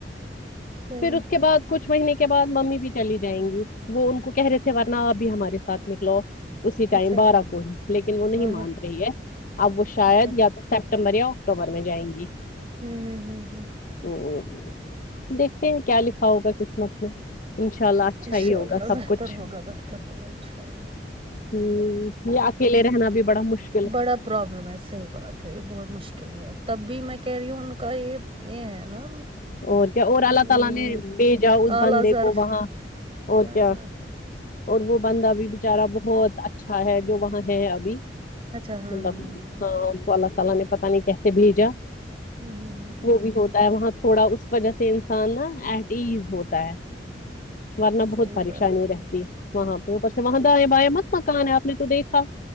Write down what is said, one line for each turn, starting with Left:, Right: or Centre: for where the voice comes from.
Right: صحیح
Left: پھر اس کے بعد کچھ مہینے کے بعد ممی بھی چلی جائیں گی وہ ان کو کہہ رہے تھے ورنہ آپ بھی ہمارے ساتھ نکلو اسی ٹائم
Right: اچھا اچھا
Left: بارہ کو ہی لیکن وہ نہیں
Right: ہاں
Left: مان
Right: ہاں
Left: رہی ہے اب وہ شاید
Right: اچھا
Left: یا تو سپٹمبر یا اکتوبر میں جائیں گی
Right: ہوں ہوں ہوں
Left: ہوں دیکھتے ہیں کیا لکھا ہوگا قسمت میں انشاء اللہ اچھا
Right: انشاء
Left: ہی ہوگا
Right: اللہ
Left: سب
Right: بہتر
Left: کچھ
Right: ہوگا بہتر ہوگا انشاء اللہ
Left: ہوں یہ اکیلے رہنا بھی بڑا مش
Right: بڑا پرابلم ہے صحیح بات ہے یہ بہت مشکل ہے تب بھی میں کہہ رہی ہوں ان کا یہ یہ ہے نا
Left: اور کیا اور اللہ
Right: ام،
Left: تعالی نے بھیجا اس
Right: اعلی
Left: بندے
Right: ظرف
Left: کو وہاں اور
Right: ہاں
Left: کیا اور وہ بندہ بھی بچارا بہت اچھا ہے جو وہاں ہے ابھی
Right: اچھا ہاں
Left: اللہ
Right: ہاں ہاں ہوں،
Left: ہاں اللہ تعالی نے پتہ نہیں کیسے بھیجا
Right: ہوں، ہوں، ہوں،
Left: وہ بھی ہوتا ہے وہاں تھوڑا اس وجہ سے انسان نا ایٹ ایز ہوتا ہے ورنہ
Right: صحیح
Left: بہت پریشانی
Right: بات
Left: رہتی ہے وہاں پہ اوپر سے وہاں دائیں بایں مت مکان ہے آپ نے تو دیکھا